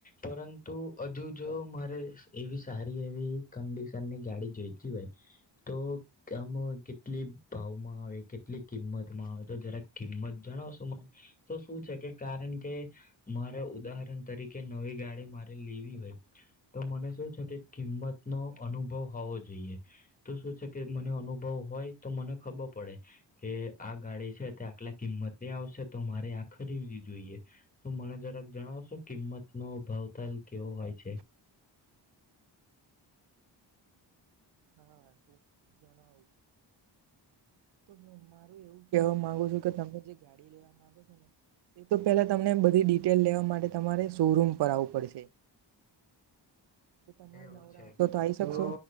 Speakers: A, on the left; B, on the right.
A: પરંતુ હજુ જો મારે એવી સારી એવી કન્ડિશનની ગાડી જોઈતી હોય, તો આમ કેટલી ભાવમાં આવે કેટલી કિંમતમાં આવે તો જરા કિંમત જણાવશો મને, તો શું છે કે કારણ કે, મારે ઉદાહરણ તરીકે નવી ગાડી મારે લેવી હોય, તો મને શું છે કે કિંમત નો અનુભવ હોવો જોઈએ, તો શું છે કે મને અનુભવ હોય તો મને ખબર પડે કે આ ગાડી છે તે આટલા કિંમતની આવશે તો મારે આ ખરીદીવી જોઈએ, તો મને જરાક જણાવશો કિંમત નો ભાવ તાલ કેવો હોય છે.
B: હા જણાવું મારું એવું કેવા માંગુ છો કે તમે જે ગાડી લેવા માંગો છો ને એ તો પેલા તમને બધી ડિટેલ લેવા માટે તમારે શોરૂમ પર આવું પડશે તો તમારે
A: એવું
B: નવરા
A: છે,
B: હશો આવી શકશો
A: તો